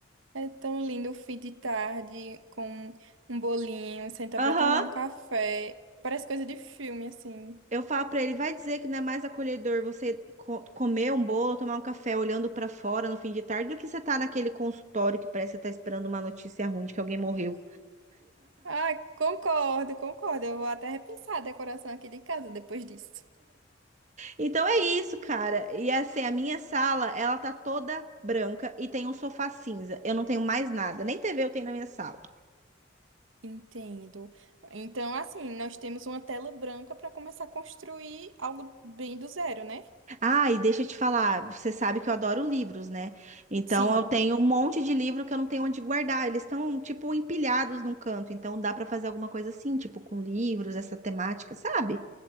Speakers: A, on the right; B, on the right.
A: é tão lindo o fim de tarde com um bolinho, sentar
B: Aham.
A: pra tomar um café. Parece coisa de filme, assim.
B: Eu falo pra ele, vai dizer que não é mais acolhedor você co- comer um bolo, tomar um café olhando pra fora no fim de tarde do que você tá naquele consultório que parece que você tá esperando uma notícia ruim de que alguém morreu.
A: Ah, concordo, concordo. Eu vou até repensar a decoração aqui de casa depois disso.
B: Então é isso, cara. E assim, a minha sala, ela tá toda branca e tem um sofá cinza. Eu não tenho mais nada, nem TV eu tenho na minha sala.
A: Entendo. Então, assim, nós temos uma tela branca para começar a construir algo bem do zero, né?
B: Ah, e deixa eu te falar, você sabe que eu adoro livros, né? Então
A: Sim.
B: eu tenho um monte de livro que eu não tenho onde guardar. Eles estão tipo empilhados num canto, então dá pra fazer alguma coisa assim, tipo com livros, essa temática, sabe?